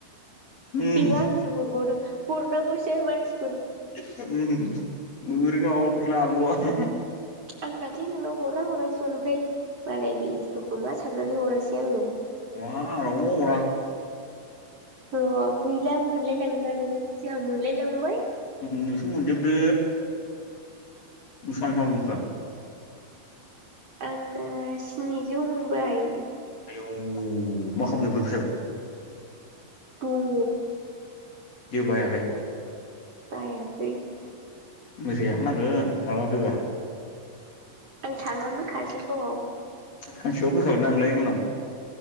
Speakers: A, on the left; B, on the right.
A: उम
B: बिबो आांसे हरबावनो हरनांगौसो मानसि
A: <unintelligible> <unintelligible> <unintelligible>
B: आं दाख्लि नोंनाव हरना हरांसैमोन आमफ्राय मालाय बेस्थ‌' खोमा साननानै हरसै आंङो
A: <unintelligible> <unintelligible>
B: न' गैला मोनलायलांदा नोंङो जोंहा मोनलाय लांबाय
A: नोंसो मोनजोबदो <unintelligible> <unintelligible>
B: आंना स्निजौ मोनबाय
A: औ मा खालामजोबगोन फैसाखौ
B: दङ
A: जेबो बाहायाखै
B: बाहायाखै
A: मेथाइ जाहोनांगोन मालाबा फैबा
B: आं थाङानो काजोलगावआव
A: सानसेबाबो फैखागोन ना नोंलाय उनाव